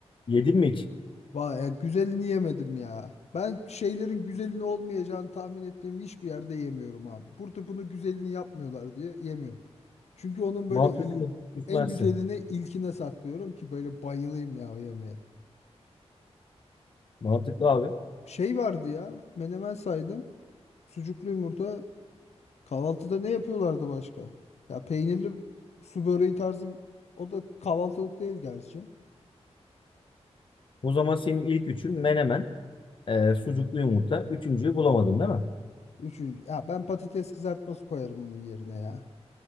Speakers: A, on the left; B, on the left.
A: yedin mi hiç?
B: vay ya, güzelini yemedim ya. Ben şeylerin güzelini olmayacağını tahmin ettiğim hiçbir yerde yemiyorum abi. Burada bunu güzelini yapmıyorlar diye yemiyorum. Çünkü onun
A: Mantıklı.
B: böyle il-
A: Gitmezsin.
B: en güzelini ilkine saklıyorum ki böyle bayılayım ya o yemeğe.
A: Mantıklı abi.
B: Şey vardı ya. Menemen saydım. Sucuklu yumurta Kahvaltıda ne yapıyorlardı başka? Ya peynirli su böreği tarzı o da kahvaltılık değil gerçi.
A: O zaman senin ilk üçün menemen, e, sucuklu yumurta. Üçüncüyü bulamadın değil mi?
B: Üçüncü. Ya ben patates kızartması koyarım onun yerine ya.